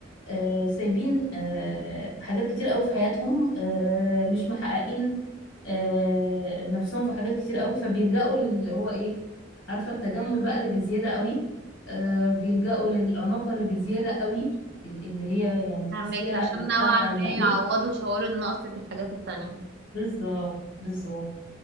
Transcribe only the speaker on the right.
فهماكي عشان
نوعا
ما
يعوضوا شعور النقص في الحاجات التانية